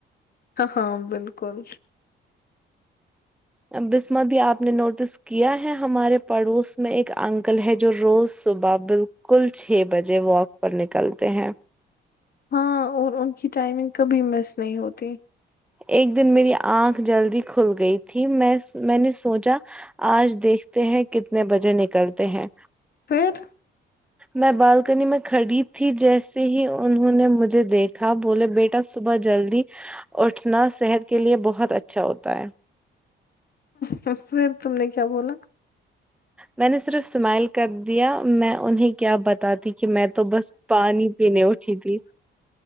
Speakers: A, on the left; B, in the centre.
A: آہاں بالکل
B: بسمادی یہ آپ نے نوٹس کیا ہے ہمارے پڑوس میں ایک انکل ہے جو روز صبح بالکل کل چھ بجے والک پر نکلتے ہیں
A: ہاں اور ان کی ٹائمنگ کبھی مس نہیں ہوتی
B: ایک دن میری آنکھ جلدی کھل گئی تھی میںس میں نے سوچا آج دیکھتے ہیں کتنے بجے نکلتے ہیں
A: پھر
B: میں بالکنی میں کھڑی تھی جیسے ہی انہوں نے مجھے دیکھا بولے بے ٹا صبح جلدی اٹھنا صحت کے لیے بہت اچھا ہوتا ہے
A: پھر تم نے کیا بولا
B: میں نے صرف اسمائل کر دیا میں انہیں کیا بتاتی کہ میں تو بس پانی پینے اٹھی تھی